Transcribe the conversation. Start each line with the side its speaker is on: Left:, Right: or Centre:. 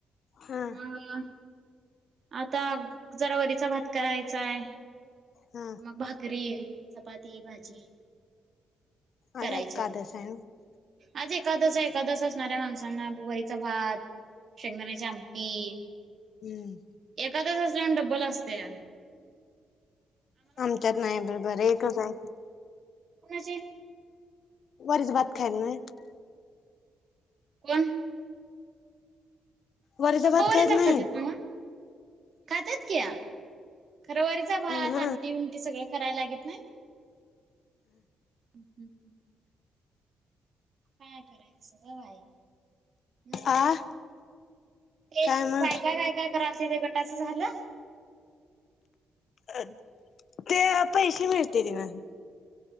Left: हा
Right: मं आता जरा वरीचा भात करायचांय.
Left: हा
Right: मग भाकरी. चपाती भाजी करायचेय
Left: आज एकादस आहे ना
Right: आज एकादस एकादसच नाऱ्या माणसांना वरीचा भात शेंगदाण्याची आमटी
Left: हम्म
Right: एकादस त्यानं डबल असतया
Left: आमक्यात नाय पण बरे एकच आहेत
Right: कुणाची
Left: वरीच भात खायला नायत
Right: कोन
Left: वरीचा
Right: पप्पावरीच
Left: भात खायत नाहीत
Right: खातेत ना खात्यात कीया खर वरीचा भात
Left: म
Right: आमटी बिमटी सगळ करायल लागीत नाय हम्म् हम् काय करायचं ग बाई मग
Left: आ
Right: तेच
Left: काय मग
Right: बायका बायका करायचं ते गटात तुझ झालं.
Left: अ ते पैशे मिळतेत न.